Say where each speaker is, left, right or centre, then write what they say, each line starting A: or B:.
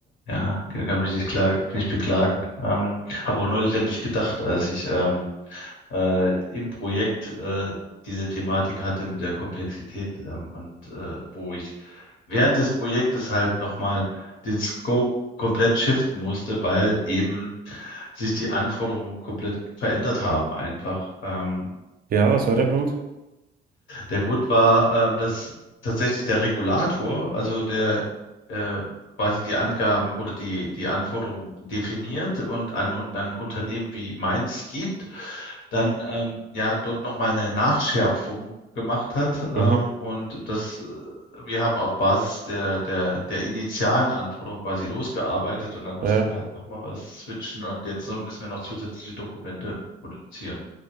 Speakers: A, on the left; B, on the right.
A: Äh, ja, kann mich nicht klagen, nicht beklagen. Ähm, habe auch neulich an dich gedacht, als ich ähm, äh, im Projekt äh, diese Thematik hatte mit der Komplexität ähm, und äh, wo ich während des Projektes halt nochmal den Scope komplett shiften musste, weil eben sich die Anforderungen komplett verändert haben einfach. Ähm,
B: Ja, was war der Grund?
A: Der Grund war, ähm, dass tatsächlich der Regulator, also der äh, quasi die Angaben oder die, die Anforderungen definiert und an, und an Unternehmen wie meins gibt, dann ähm, ja dort nochmal eine Nachschärfung gemacht hat. Ähm,
B: Mhm.
A: und das, äh, wir haben auf Basis der, der, der initialen Anforderung quasi losgearbeitet und dann mussten
B: Ja, ja.
A: wir halt nochmal was switchen und jetzt so müssen wir noch zusätzliche Dokumente produzieren.